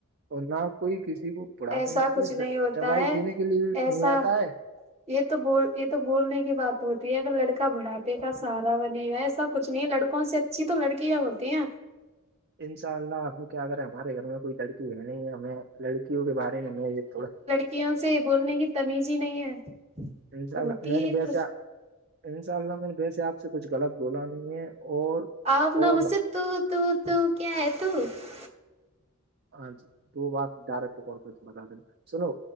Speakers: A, on the right (about 45°); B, on the right (about 30°).
A: اور نہ کوئی کسی کو بڑھاپے
B: ایسا
A: میں
B: کچھ
A: کوئی
B: نہیں ہوتا
A: دوائی
B: ہے
A: دینے کے لیے بھی
B: ایسا
A: نہیں آتا ہے
B: یہ تو بول یہ تو بولنے کی بات ہوتی ہے اگر لڑکا بڑاپے کا سارا بنے گا سب کچھ نہیں ہے لڑکوں سے اچھی تو لڑکیا ہوتی ہیں <unintelligible>
A: انشاء اللہ ہم کیا کرے ہیں ہمارے گھر میں کوئی لڑکی بھی نہیں ہے ہمیں لڑکیوں کے بارے میں تھوڑا
B: وں سے بولنے کی تمیز ہی نہیں ہے
A: انشاء
B: ہوتی
A: اللہ میں نے
B: ہے
A: بیس
B: تو
A: <unintelligible> ان شاء اللہ میں نے ویسے آپ سے کچھ غلط بولا نہیں ہے اور
B: آپ نمس
A: اور
B: سے تو تو کیا ہے تو <unintelligible>
A: ہاں جی دو بات ڈائریکٹ کال کر بتا دین سنو